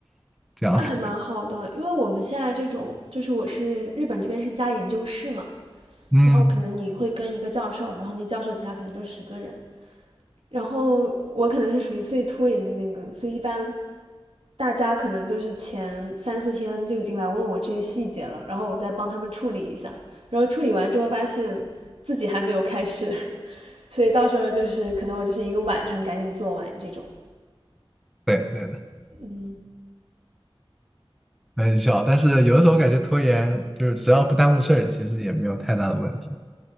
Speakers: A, in the centre; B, on the right.
A: 这样的。
B: 那还蛮好的，因为我们现在这种就是我是日本这边是加研究室嘛，
A: 嗯，
B: 然后可能你会跟一个教授，然后那教授底下可能就十个人，然后我可能是属于最拖延的那个，所以一般大家可能就是前三四天就已经来问我这些细节了，然后我再帮他们处理一下，然后处理完之后发现自己还没有开始，<laughs> 所以到时候就是可能我就是一个晚上赶紧做完这种。
A: 对对。
B: 嗯，
A: 很小，但是有的时候感觉拖延就是只要不耽误事儿，其实也没有太大的问题。